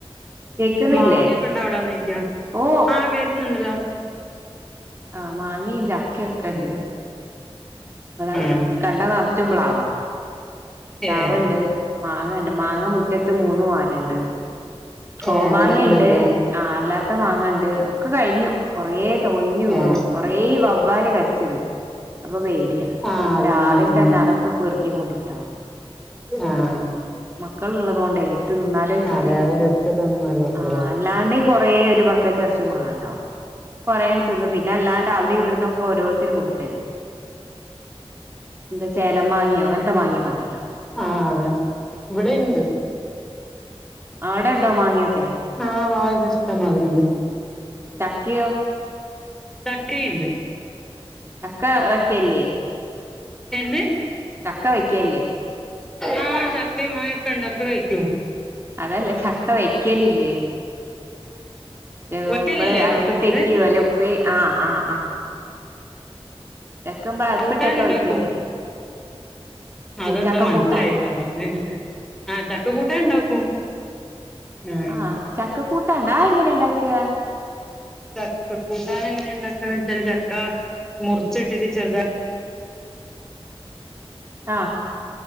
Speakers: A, on the right (about 25°); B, in the centre.
A: കേക്കുന്നില്ലേ
B: മാങ്ങായൊക്കെ ഉണ്ടോ അവിടാന്ന് ചോയ്ക്ക
A: ഓ
B: ആഹ് കേക്കുന്നുണ്ടല്ലോ
A: ആഹ് മാങ്ങയി ചക്കയൊക്കെണ്ട്
B: ആഹ്
A: ഇവിടം
B: ആഹ്
A: കണ്ടം നറച്ചും പ്ലാവാ പ്ലാവ്
B: ഏഹ്
A: ഇണ്ട് മാങ്ങണ്ട് മാങ്ങ മുറ്റത്ത് മൂന്ന് മര രണ്ട് കോമാങ്ങയിണ്ട്
B: ഏഹ് കൊറേ ഇണ്ടായിക്ക്യോ
A: ആ അല്ലാ ത്ത മാങ്ങണ്ട് ഒക്കെ കഴിഞ്ഞു കൊറേ കൊഴിഞ്ഞു വീണു
B: ഏഹ്
A: കൊറേ വവ് വാല് ക ച്ചിടും അപ്പൊ വേടിയാ
B: ആഹ്
A: അപ്പൊ
B: അതന്നെ
A: രാവിലെ
B: ഉം
A: തന്നെ അതൊക്കെ പെർ ക്കൊണ്ടുട്ടാവും
B: ആഹ്
A: മക്കൾ ഉള്ളതുകൊണ്ടേ തിന്നാലോ വെച്ചിട്ട്
B: അതെ അതെ എടുത്തതൊന്നുമല്ല കുട്ടികളെ
A: ആ അല്ലാണ്ടേം കൊറേ ഒരു ബക്കറ്റ് നറച്ചു മാങ്ങണ്ടാവും കൊറയങ്ങ് തിന്നു പിന്നെ അല്ലാണ്ട് അവിടെ ഇവിടുന്നൊക്കെ ഓരോരുത്തര് കൊണ്ടു തരും എന്താ ചേലം മാങ്ങയോ അങ്ങനത്തെ മാങ്ങയൊക്കെണ്ടല്ലോ
B: ആ അതെ ഇവിടെ ഇണ്ട്
A: അവിടെ ഉണ്ടോ മാങ്ങയൊക്കെ
B: ആ മാങ്ങക്കെ ഇഷ്ടം മാതിരി ഉണ്ട്
A: ചക്കയോ?
B: ചക്കയുണ്ട്
A: ചക്ക വയ്ക്കില്ലേ
B: എന്ത്?
A: ചക്ക വയ്ക്കേല്ലേ
B: ആ ചക്കയും മാങ്ങയും ഒക്കെണ്ട് ഒക്കെ വെയ്ക്കും
A: അതല്ല ചക്ക വയ്ക്കലില്ലേന്ന് വേവുമ്പള്
B: വെക്കലില്ലേന്നാ
A: അരപ്പിട്ട്
B: ചോദിക്കുന്നെ
A: വയ്ക്ക്വാേ അല്ലെ പേ ആ ആ ആ ചക്കമ്മള് അരപ്പിട്ടൊക്കെ
B: കൂട്ടാന്ണ്ടാക്കും
A: വെക്കുവല്ലോ
B: അതെന്താ
A: ചക്ക
B: മൻസ്സിലായില്ല
A: കൂട്ടാൻ
B: പറഞ്ഞേ ആ ചക്ക കൂട്ടാൻണ്ടാക്കും ആ
A: ആഹ് ചക്കക്കൂട്ടാണ്ട അത് എങ്ങനെയാ ഉണ്ടാക്കുക
B: ചക്ക കൂട്ടാനെങ്ങെനാണ്ടാക്കാന്നെച്ചാല് ച ക്ക മുറിച്ചിത്തിരി ചെറുതാ
A: ആ